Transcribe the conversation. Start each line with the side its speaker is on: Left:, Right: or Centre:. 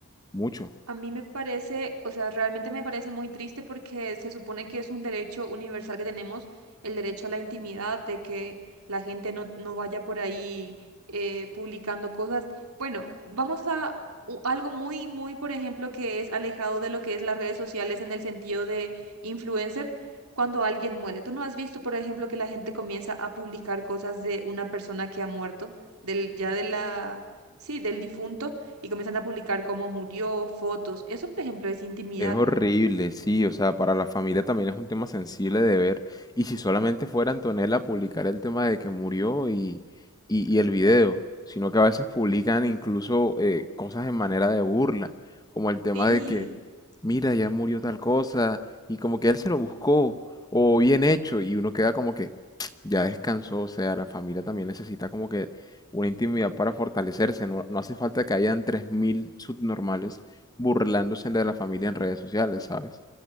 Left: mucho.
Right: A mí me parece, o sea, realmente me parece muy triste porque se supone que es un derecho universal que tenemos, el derecho a la intimidad, de que la gente no, no vaya por ahí eh, publicando cosas. Bueno, vamos a u- algo muy, muy, por ejemplo, que es alejado de lo que es las redes sociales en el sentido de influencer, cuando alguien muere. ¿Tú no has visto, por ejemplo, que la gente comienza a publicar cosas de una persona que ha muerto, del, ya de la, sí, del difunto? y comienzan a publicar cómo murió, fotos. Eso, por ejemplo, es intimidad.
Left: Es horrible, sí, o sea, para la familia también es un tema sensible de ver. Y si solamente fuera Antonella a publicar el tema de que murió y, y, y el video, sino que a veces publican incluso eh, cosas en manera de burla, como el tema
Right: Sí,
Left: de que, mira, ya murió tal cosa, y como que él se lo buscó, o bien hecho, y uno queda como que <tsk> ya descansó, o sea, la familia también necesita como que una intimidad para fortalecerse, no, no hace falta que hayan 3.000 subnormales burlándose de la familia en redes sociales, ¿sabes?